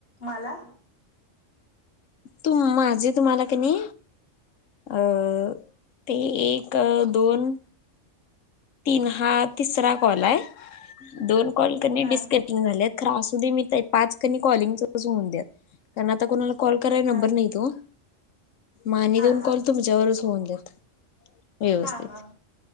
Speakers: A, on the left; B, on the left.
A: मला?
B: तुम माझे तुम्हाला क नाही अं ते एक दोन तीन हा तिसरा कॉल आहे दोन कॉल कर
A: हा
B: डिस्कपिंग झालेत तर दे मि पाच क कॉलिंग होऊन द्या कारण आता कोणाला कॉल कराय
A: हा
B: नंबर नाहीत ओ माने
A: हा
B: दोन
A: हा
B: कॉल तुमच्यावरच होऊन देत व्यवस्थित
A: हा हा